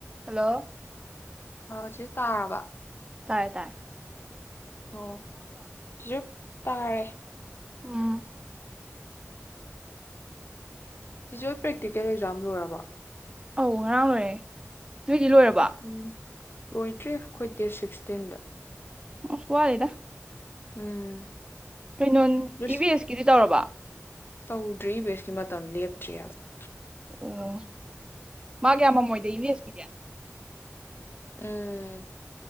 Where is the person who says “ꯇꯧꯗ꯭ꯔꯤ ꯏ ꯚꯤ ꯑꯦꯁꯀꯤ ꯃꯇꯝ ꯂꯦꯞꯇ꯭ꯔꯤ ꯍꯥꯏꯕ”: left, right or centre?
Left